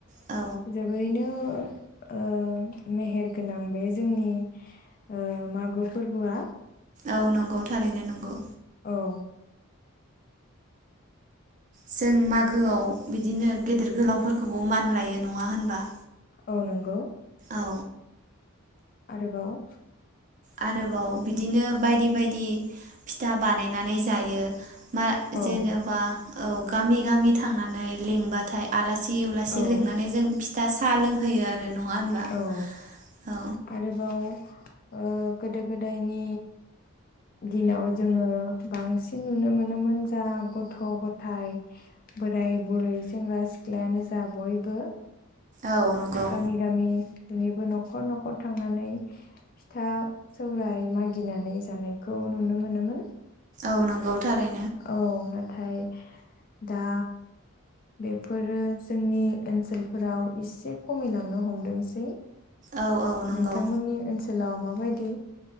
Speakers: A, on the right; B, on the left.
A: औ
B: जोबोरैनो ओ मेहेर गोनां बे जोंनि ओ मागो फोरबोआ
A: औ नंगौ थारैनो नंगौ
B: औ
A: जों मागोआव बिदिनो गेदेर गोलावफोरखौबो मान लायो नङा होनबा
B: औ नंगौ
A: औ
B: आरोबाव
A: आरोबाव बिदिनो बायदि बायदि फिथा बानायनानै जायो। मा
B: औ
A: जेनेबा औ गामि गामि थांनानै लिंबाथाय आलासि उलासि
B: औ
A: लिंनानै जों फिथा साहा लोंहोयो आरो नङा होनबा
B: औ
A: औ
B: आरोबाव ओ गोदो गोदायनि दिनाव जोङो बांसिन नुनो मोनोमोन जा गथ' गथाय बोराय बुरै सेंग्रा सिख्लायानो जा बयबो
A: औ नंगौ
B: गामि गामि बयनिबो नख न'खर न'खर थांनानै फिथा सौराय मागिनानै जानायखौ नुनो मोनोमोन।
A: औ नंगौ थारै
B: औ नाथाय दा बेफोरो जोंनि ओनसोलफोराव इसे खमायलांनो हमदोंसै नोंथांमोननि
A: औ औ नंगौ
B: ओनसोलाव माबायदि